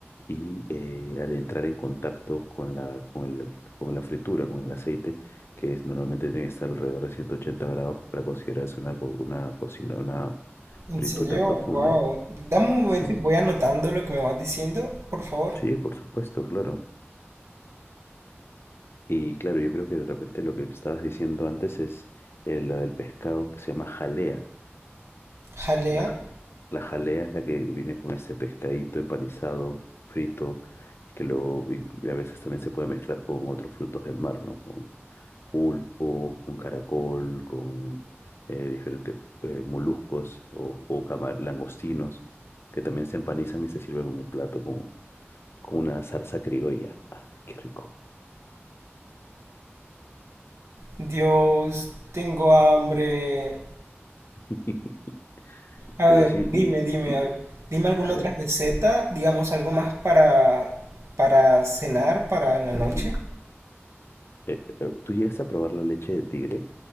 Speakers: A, on the left; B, on the right.
A: Y eh, al entrar en contacto con la, con el- con la fritura, con el aceite, que es, normalmente tiene que estar alrededor de 180 grados para considerarse una, co- una cocina, una
B: En
A: fritura
B: serio,
A: profunda.
B: wow. Dame un
A: Sí,
B: momento y voy anotando lo que me vas diciendo, por favor.
A: sí, por supuesto, claro. Y claro, yo creo que de repente lo que estabas diciendo antes es eh, la del pescado que se llama jalea.
B: Jalea.
A: La, j- la jalea es la que viene con ese pescadito empanizado, frito, que luego y a veces también se puede mezclar con otros frutos del mar, ¿no? Con pulpo, con caracol, con eh, diferentes eh, moluscos o, o camar- langostinos, que también se empanizan y se sirven en un plato con, con una salsa criolla. ¡Ay, qué rico!
B: Dios, tengo hambre.
A: <laughs>
B: A
A: Pero
B: ver,
A: sí,
B: dime, dime,
A: y, y,
B: a ver, dime alguna
A: a ver.
B: otra receta, digamos algo más para, para cenar, para en la noche.
A: Ujú. Eh, eh, tú llegas a probar la leche de tigre